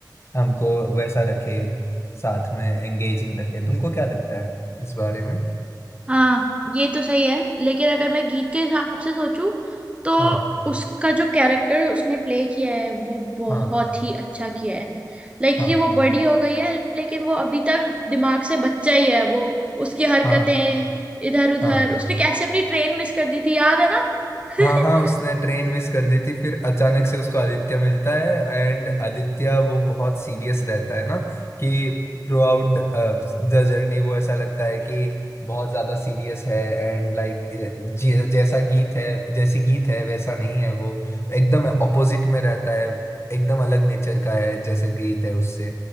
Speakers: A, on the left; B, on the right.
A: हमको वैसा रखे साथ में एंगेजिंग रखे तुमको क्या लगता है इस बारे में
B: हाँ ये तो सही है लेकिन अगर मैं गीत के हिसाब से सोचूं तो
A: हाँ
B: उसका जो कैरेक्टर उसने प्ले किया है वो बहुत
A: हाँ
B: ही अच्छा किया है लाइक
A: हाँ
B: ये वो बड़ी हो गई है लेकिन वो अभी तक दिमाग से बच्चा ही है वो उसकी हरकतें
A: हाँ
B: इधर उधर
A: हाँ
B: उसने कैसे अपनी ट्रेन मिस कर दी थी याद है ना <laughs>
A: हाँ हाँ उसने ट्रेन मिस कर दी थी फिर अचानक से उसको आदित्य मिलता है एंड आदित्य वो बहुत सीरियस रहता है ना कि थ्रू आउट द जर्नी वो ऐसा लगता है कि बहुत ज्यादा सीरियस है एंड लाइक जैसा गीत है जैसी गीत है वैसा नहीं है वो एकदम ऑपोजिट में रहता है एकदम अलग नेचर का है जैसे गीत है उससे